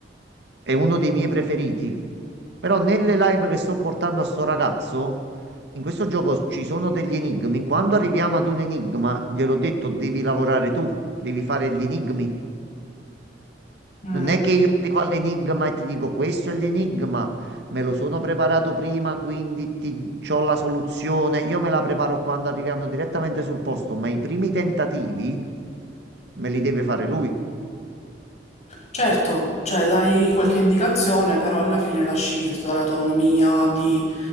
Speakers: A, on the right; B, on the left.
A: è uno dei miei preferiti. Però nelle live che sto portando a sto ragazzo, in questo gioco ci sono degli enigmi. Quando arriviamo ad un enigma, gliel'ho detto, devi lavorare tu, devi fare gli enigmi.
B: Mm.
A: Non è che io arrivo all'enigma e ti dico questo è l'enigma, me lo sono preparato prima, quindi ti, c'ho la soluzione. Io me la preparo quando arriviamo direttamente sul posto, ma i primi tentativi me li deve fare lui.
B: Certo, cioè dai qualche indicazione, però alla fine lasci tutta l'autonomia di